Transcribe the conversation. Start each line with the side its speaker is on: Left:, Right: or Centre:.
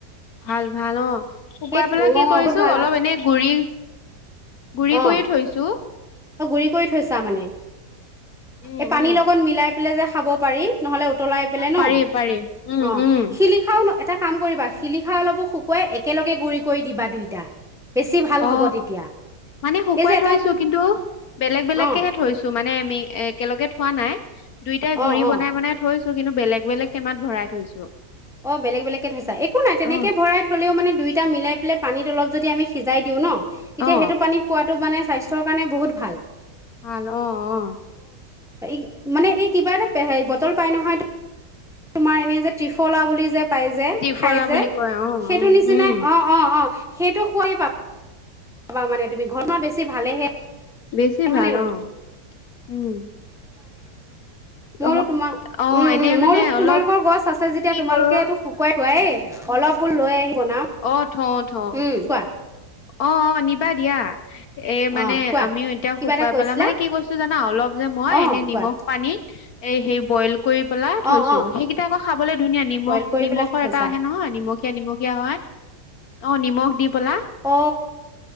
Left: ভাল ভাল অ'। শুকুৱাই
Centre: সেইটো
Left: পেলাই কি
Centre: অ
Left: কৰিছোঁ।
Centre: বহুত ভাল
Left: অলপ এনে গুৰি গুৰি
Centre: অ
Left: কৰি থৈছোঁ।
Centre: অ গুৰি কৰি থৈছা মানে।
Left: উম,
Centre: এই পানীৰ
Left: উম।
Centre: লগত মিলাই পেলাই য। যে খাব পাৰি। নহ'লে উতলাই পেলে ন?
Left: পাৰি পাৰি উম
Centre: অ'
Left: উম
Centre: শিলিখাও ন এটা কাম কৰিবা শিলিখা অলপো শুকুৱাই একেলগে গুৰি কৰি দিবা দুইটা। বেছি ভাল
Left: অ
Centre: হ'ব তেতিয়া।
Left: মানে শুকুৱাই
Centre: এই যে
Left: থৈছো
Centre: এটা
Left: কিন্তু বেলেগ বেলেগকেহে
Centre: অ
Left: থৈছো মানে আমি এ একেলগ। <unintelligible> থোৱা নাই। দুইটাই
Centre: অ
Left: গুৰি
Centre: অ
Left: বনাই বনাই থৈছো। কিন্তু বেলেগ বেলেগ টেমাত ভৰাই থৈছো।
Centre: অ বেলেগ বেলেগকে থৈছা। একো নাই তেনেকে
Left: অ
Centre: ভৰাই থলেও মানে দুইটা মিলাই পেলাই। পানীত অলপ যদি আমি সিজাই দিওঁ ন। তেতিয়া
Left: অ
Centre: সেইটো পানী খোৱাটো মানে স্বাস্থ্যৰ কাৰণে বহুত ভাল।
Left: ভাল। অ অ।
Centre: এই মানে এই কিবা এটা হে বটল পাই নহয় তা তোমাৰ এনে যে ত্ৰিফলা বুলি যে। পাই যে
Left: ত্ৰিফলা
Centre: খাই যে
Left: বুলি কয় অ
Centre: সেইটো
Left: উম
Centre: নিচিনাাই
Left: উম
Centre: অ অ অ। সেইটো শুয়ে পাব। ক মানে তুমি ঘৰত বেছি ভালেহে।
Left: বেছি
Centre: হয়নে
Left: ভাল অ উম।
Centre: ময়ো
Left: অ
Centre: তোমাৰ।
Left: অ
Centre: উম
Left: এনে
Centre: উম। মই
Left: মানে
Centre: বোলো
Left: অলপ
Centre: তোমালোকৰ গছ আছে যেতিয়া
Left: কি
Centre: তোমালোকে
Left: কৰো
Centre: এইটো শুকুৱাই খুৱায়ে। অলপ বুলো লৈ আহি বনাম।
Left: অ থওঁ থওঁ।
Centre: উম, কোৱা
Left: অ অ নিবা দিয়া অ। এই মানে
Centre: অ', কোৱা
Left: আমিও এতিয়া
Centre: কিবা
Left: শুকুৱাই
Centre: এটা কৈছিলা
Left: পেলাই, মানে কি কৈছো জানা অলপ যে মই
Centre: অ',
Left: এনেই নিমখ
Centre: কোৱা
Left: পানীত এ সেই বইল কৰি পেলাই থৈছো।
Centre: অ', অ',
Left: সেইকেইটা আকৌ খাবলৈ ধুনীয়া নিমখ
Centre: বইল কৰি
Left: নিমখৰ
Centre: পেলাই থৈছা
Left: এটা আহে নহয় নিমখীয়া নিমখীয়া হয়। অ নিমখ দি পেলাই।
Centre: অ,